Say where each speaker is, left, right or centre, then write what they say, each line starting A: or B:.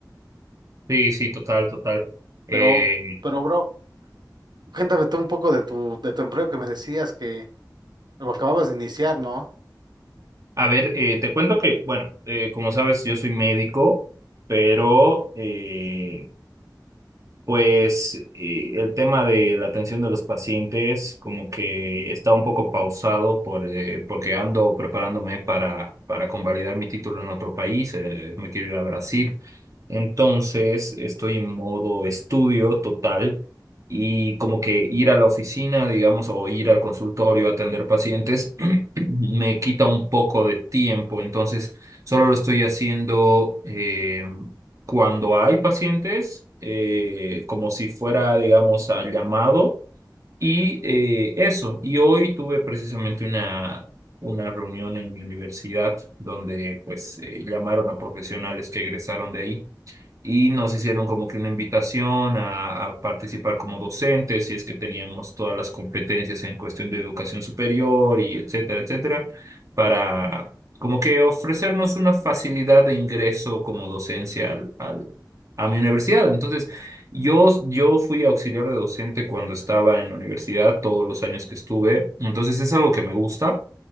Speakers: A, on the right (about 50°); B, on the right (about 75°).
A: Sí, sí, total, total. Eh,
B: Pero, pero, bro, cuéntame tú un poco de tu, de tu empleo que me decías que lo acababas de iniciar, ¿no?
A: a ver, eh, te cuento que, bueno, eh, como sabes, yo soy médico, pero eh, Pues eh, el tema de la atención de los pacientes como que está un poco pausado por, eh, porque ando preparándome para, para convalidar mi título en otro país, eh, me quiero ir a Brasil. Entonces estoy en modo estudio total y como que ir a la oficina, digamos, o ir al consultorio a atender pacientes <clears throat> me quita un poco de tiempo. Entonces solo lo estoy haciendo. eh, cuando hay pacientes, eh, como si fuera, digamos, al llamado. Y eh, eso, y hoy tuve precisamente una, una reunión en mi universidad donde pues eh, llamaron a profesionales que egresaron de ahí y nos hicieron como que una invitación a, a participar como docentes, si es que teníamos todas las competencias en cuestión de educación superior y etcétera, etcétera, para como que ofrecernos una facilidad de ingreso como docencia al, al- a mi universidad. Entonces, yo, yo fui auxiliar de docente cuando estaba en la universidad, todos los años que estuve, entonces es algo que me gusta.